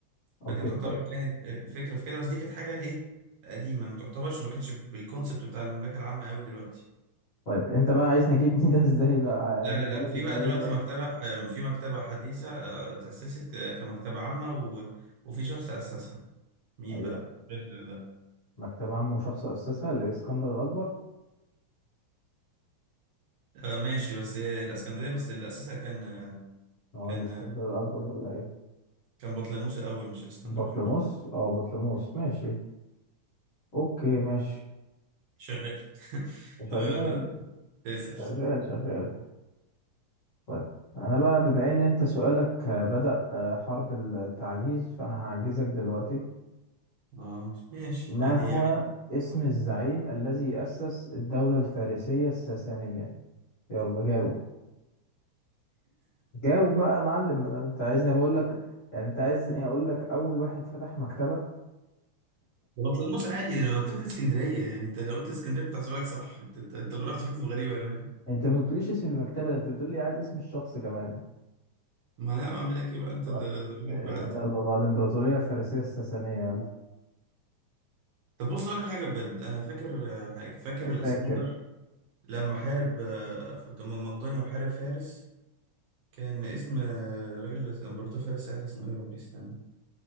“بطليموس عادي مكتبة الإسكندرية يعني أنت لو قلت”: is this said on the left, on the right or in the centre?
Right